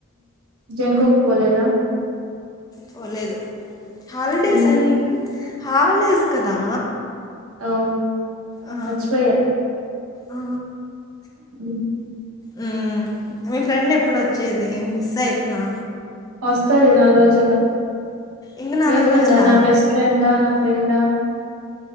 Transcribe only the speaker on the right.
జన్కో పోలేదా
ఎందు
ఓ
మచ్చిపోయా
అ
వస్తది నాలుగు రోజుల్లో
ఏ ఫ్రెండా
నా బెస్ట్ ఫ్రెండా నా ఫ్రెండా